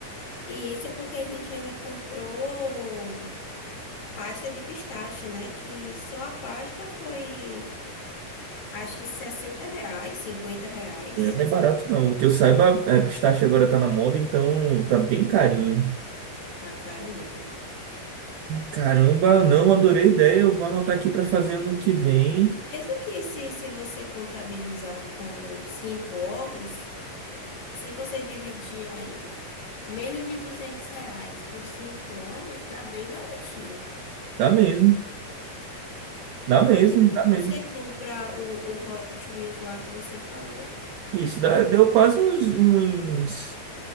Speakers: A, on the left (about 65°); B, on the right (about 80°).
A: E isso porque a gente ainda comprou pasta de pistache, né? Que só a pasta foi. Acho que 60 reais, 50 reais.
B: É, Não é barato, não. Que eu saiba, é, pistache agora tá na moda, então tá bem carinho.
A: Tá caro mesmo.
B: Caramba, não, adorei a ideia. Eu vou anotar aqui para fazer ano que vem.
A: E mesmo que se, se você contabilizar como cinco ovos, se você dividir aí menos de 200 reais por cinco ovos, dá bem baratinho.
B: Dá mesmo, dá mesmo,
A: E se
B: dá mesmo.
A: você compra o, o Hot Wheels lá que você falou,
B: Isso, dá- deu quase uns, uns